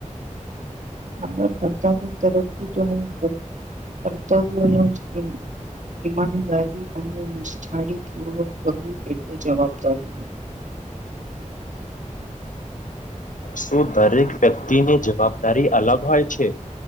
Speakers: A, on the right; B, on the left.
A: મારા પ્રજાની તરફથી તો હું કરું અથજ ઈમાનદારી અને નિષ્ઠાળ પૂર્વક કરવું એટલે જવાબદારી હો <inaudible>
B: શું દરેક વ્યક્તિની જવાબદારી અલગ હોય છે